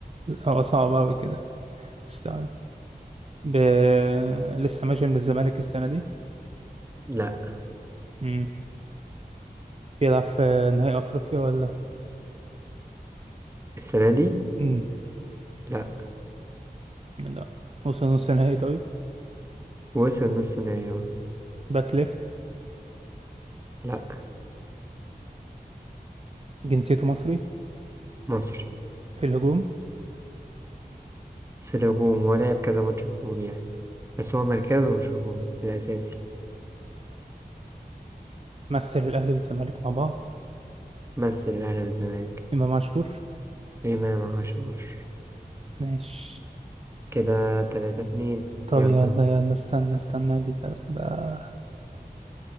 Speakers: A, on the right (about 40°); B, on the right (about 15°).
A: هو صعب اوي كده استنى ب... لسه ماشي من الزمالك السنه دي
B: <laughs> لأ
A: امم بيلعب في نهائي افريقيا ولا
B: السنة دي
A: امم
B: لأ
A: لا وصل نص نهائي طيب
B: وصل نص نهائي أهو
A: باك ليفت
B: لأ
A: جنسيته مصري
B: مصري
A: في الهجوم
B: في الهجوم هو لعب كذا ماتش هجوم يعني بس هو مركزه مش هجوم الأساسي
A: مثل الأهلي والزمالك مع بعض
B: مثل الأهلي والزمالك
A: إمام عاشور
B: إمام عاشور
A: ماشي
B: كده تلاتة اتنين
A: طب
B: يلا
A: يلا يلا استنى استنى أجيبها لك بقى